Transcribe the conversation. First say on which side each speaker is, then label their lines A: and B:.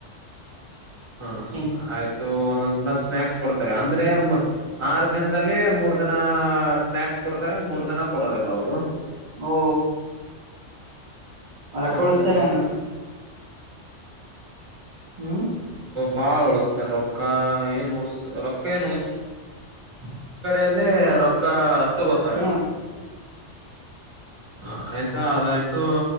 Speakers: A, on the right; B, on the right.
A: ಹ
B: ಹ್ಮ್
A: ಆಯ್ತು ಒಂದೊಂದ ಸ್ನಾಕ್ಸ್ ಕೊಡ್ತಾರೆ ಅಂದ್ರೆ ಆರು ದಿನದಲ್ಲಿ ಮೂರ್ ದಿನ ಸ್ನಾಯಾಕ್ಸ್ ಕೊಡ್ತಾರೆ ಮೂರ್ ದಿನ ಕೊಡದಲ್ಲ ಅವ್ರು.
B: ಓ ರಕ್ಕಳಸ್ತೇರೆನೆ
A: ಆಯ್ತು
B: ಹ್ಮ್
A: ಬಾಳ್ ಉಳಿಸತಾರೆ ರೊಕ್ಕ ಏನು ಉಳಸ ರೊಕ್ಕ ಏನ ಉಳಸ ನಮ್ಮ ಕಡೆಲ್ಲಿ ರೊಕ್ಕ ರೊಕ್ಕ ಹತ್ತಗೋತಾರೆ
B: ಹ್ಮ್
A: ಹ ಆಯ್ತಾ ಅದಾಯ್ತು